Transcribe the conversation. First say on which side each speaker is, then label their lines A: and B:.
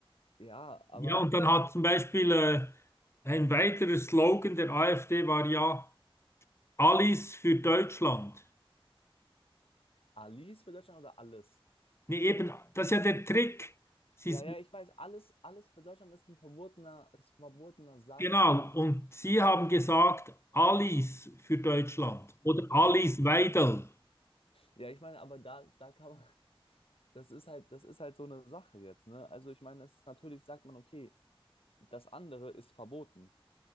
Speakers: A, on the left; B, on the left.
A: ja, aber
B: Ja, und dann hat zum Beispiel äh, ein weiterer Slogan der AfD war ja Alles für Deutschland.
A: Alice für Deutschland oder alles?
B: Nee, eben, das ist ja der Trick. Sie,
A: Ja, ja, ich weiß, alles, alles für Deutschland ist ein verbotener, ist ein verbotener Satz.
B: Genau, und Sie haben gesagt, Alice für Deutschland oder Alice
A: <laughs> Ja.
B: Weidel.
A: Ja, ich meine, aber da, da kann man, das ist halt, das ist halt so eine Sache jetzt, ne? Also ich meine, es ist natürlich, sagt man, okay, das andere ist verboten.